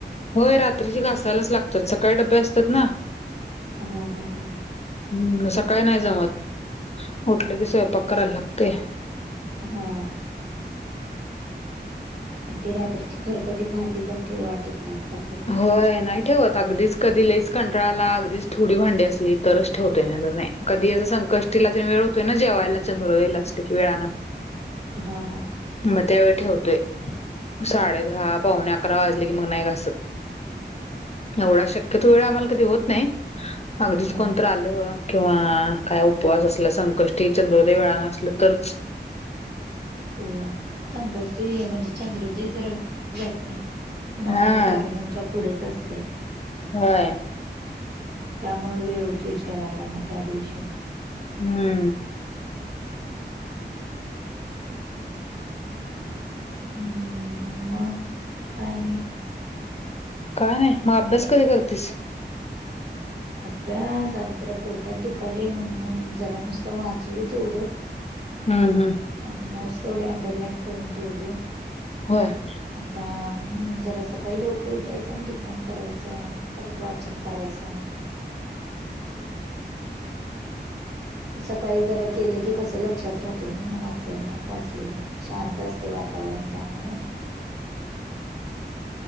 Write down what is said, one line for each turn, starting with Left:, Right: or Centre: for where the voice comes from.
Left: होय रात्रीची घासायलाच लागतात, सकाळी डबे असतात ना.
Right: हा हा हा
Left: हम्म सकाळी नाही जमत, उठले की स्वयंपाक करायला लागते.
Right: हा आणि ती रात्रीची खरकटी भांडी पण ठेवु वाटत नाही बा खरं.
Left: होय नाही ठेवत अगदीच कधी लईच कंटाळाला अगदीच थोडी भांडी असली तरच. ठेवतोय नाही तर नाही कधी असं संकष्टीला त वेळ होतोय ना जेवायला चंद्रोदय ला असते की वेळानं <inaudible>
Right: हा हा
Left: मग त्यावेळी ठेवतोय साडे दहा पावणे अकरा वाजले की. मग नाही घासत एवढा शक्यतो वेळ आम्हाला कधी होत नाही. अगदीच
Right: हा हा
Left: कोणतर आलं किंवा काय उपवास असला संकष्टी चंद्रोदय वेळान असलं तरच
Right: होय, संकष्टी म्हणजे चंद्रोदय जरा वेळानच असतोय. नऊ
Left: हा
Right: साडेनऊच्या पुढेच असते.
Left: हा ना
Right: त्यामुळे वेळ होतय जेवायला मग त्या दिवशी.
Left: हम्म
Right: हम्म मग काय आणि?
Left: काय नाही अभ्यास कधी करतेस?
Right: अभ्यास आज जरा पोटात दुखालय म्हणून आणि जरा नुसतं वाचलो तेवढंच.
Left: हम्म हम्..
Right: आणि नोट्स थोडी अंडरलाईन करून ठेवलोय.
Left: होय का..
Right: आता हम् जरा सकाळी लवकर उठायचं आणि लिखाण करायचं परत वाचन करायचं. सकाळी जरा केलं की कस लक्षात राहते. ना वाचायला वाचलेलं, शांत असतय वातावरण त्यामुळे.